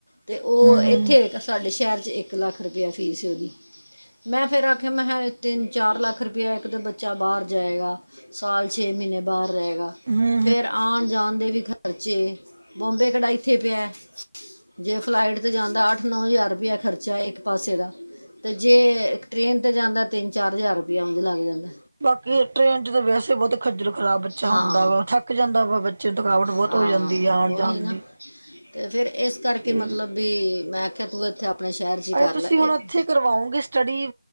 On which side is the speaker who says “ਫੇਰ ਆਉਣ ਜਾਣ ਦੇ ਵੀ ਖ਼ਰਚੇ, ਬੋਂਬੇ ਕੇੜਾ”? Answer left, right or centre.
Left